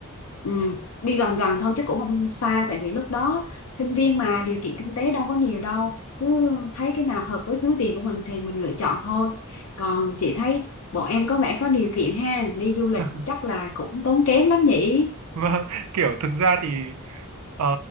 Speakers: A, on the left; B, on the right.
A: ừm, đi gần gần thôi chứ cũng không xa tại vì lúc đó sinh viên mà điều kiện kinh tế đâu có nhiều đâu cứ thấy cái nào hợp với túi tiền của mình thì mình lựa chọn thôi còn chị thấy bọn em có vẻ có điều kiện ha đi du lịch
B: ờ.
A: chắc là cũng tốn kém lắm nhỉ
B: Vâng, kiểu thực ra thì ờ,